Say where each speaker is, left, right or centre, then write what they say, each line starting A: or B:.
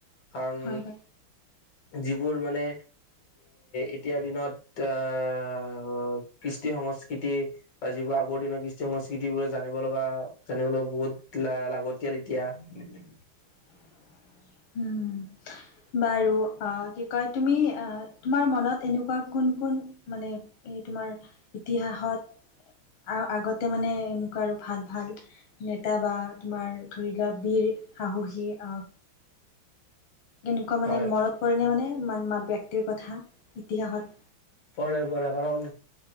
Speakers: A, on the left; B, on the left.
A: কাৰণ
B: হয় হয়
A: যিবোৰ মানে এতিয়া এতিয়াৰ দিনত আহ কৃষ্টি সংস্কৃতি যিবোৰ আগৰ দিনৰত কৃষ্টি সংচ সংস্কৃতি বো জানিব লগা জানিব লগা বহুত ল লাগতিয়াল ইতিহাস
B: <unintelligible> উম বাৰু অ কি কয় তুমি আহ তোমাৰ মনত এনেকুৱা কোন কোন মানে, এই তোমাৰ ইতিহাসত। আ আগতে মানে এনেকুৱা আৰু ভাল ভাল নেতা বা তোমাৰ ধৰি লোৱা বীৰ। সাহসী আহ। এনেকুৱা মানে
A: হয়
B: মনত পৰে ন মানে মান মা ব্যক্তিৰ কথা ইতিহাসত।
A: পঢ়ে পঢ়ে, কাৰণ